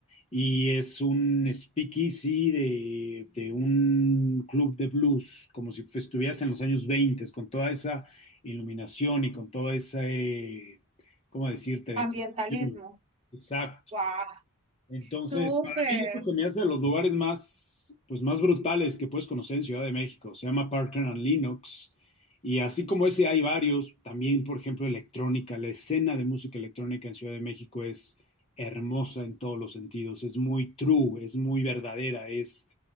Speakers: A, on the left; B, on the right.
A: y es un speakeasy de, de un club de blues, como si estuvieras en los años 20, con toda esa iluminación y con toda esa, eh, ¿cómo decirte?, decoración.
B: Ambientalismo.
A: Exacto.
B: ¡Guau!
A: Entonces,
B: Súper.
A: para mí esto se me hace de los lugares más, pues, más brutales que puedes conocer en Ciudad de México. Se llama Parker and Linux. Y así como ese hay varios, también, por ejemplo, electrónica. La escena de música electrónica en Ciudad de México es hermosa en todos los sentidos. Es muy true, es muy verdadera. Es,